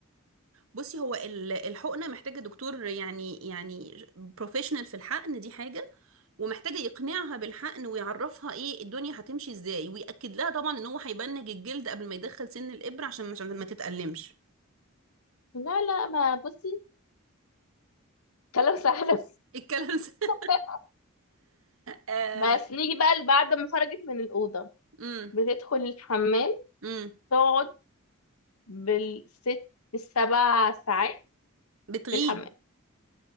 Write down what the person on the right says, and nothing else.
بصي هو ال- الحقنة محتاجة دكتور يعني يعني بروفيشنال في الحقن دي حاجة ومحتاجة يقنعها بالحقن ويعرفها ايه الدنيا هتمشي ازاي ويأكد لها طبعا ان هو هيبنج الجلد قبل ما يدخل سن الإبرة عشان عشان ما تتألمش
الكلام ده
<laughs> آه،
امم
امم
بتغيب